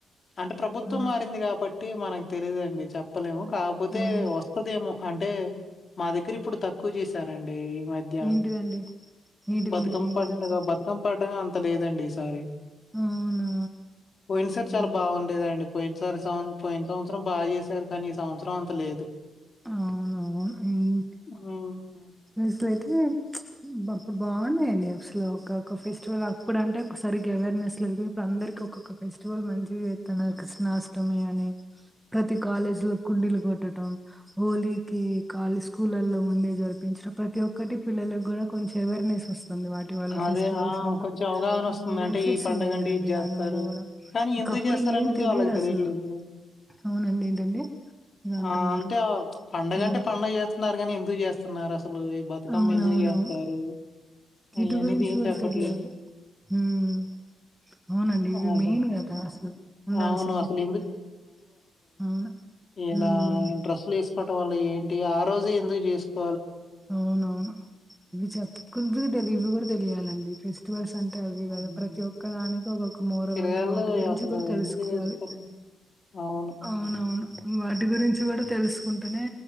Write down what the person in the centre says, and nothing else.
ఆ!
అవును.
ఏంటిదండి? ఏంటిది?
ఏంటిది? ఏంటి
తాకు
అవునా!
హ్మ్.
అవునవును
అసలయితే బా బాగున్నాయండి అసలు ఒకొక్క ఫెస్టివల్ అప్పుడు అంటే ఒకసారి అవేర్నెస్ లే అందరి ఒకొక్క ఫెస్టివల్ మంచి జెతుండే కృష్ణాష్టమి అని ప్రతీ కాలేజ లో డిలు కొట్టటం హోలీకి కాలీ స్కూల్లో ముందే జరిపించడం ప్రతి ఒక్కటి పిల్లలకు కూడా కొంచెం అవేర్నెస్ వస్తుంది వాటి వల్ల
ఫెస్టివల్స్
వల్ల
బెనిఫిట్స్
ఉన్నాయి కదండి
దాని వల్ల కూడా
అప్పుడు
ఏం తెలియదు
అసలు అవునండి ఏంటండి ఏదో అంటున్నారు
ఆ
అవునవునవును
వీటి
గురించి
కూడా
<unintelligible> అవునండి ఇవి
మెయిన్ కదా అసలు ఉండాల్సింది
<unintelligible>
ఉమ్.
అవునవును ఇవి చెప్పకుంటే ఇవి కూడా తెలియాలండి ఫెస్టివల్స్ అంటే అవి
కదా ప్రతి ఒక్క దానికి ఒకొక్క మోరల్
ఉంటాయి వాటి గురించి
కూడా తెలుసుకోవాలి
అవునవును వాటి గురించి కూడా తెలుసుకుంటేనే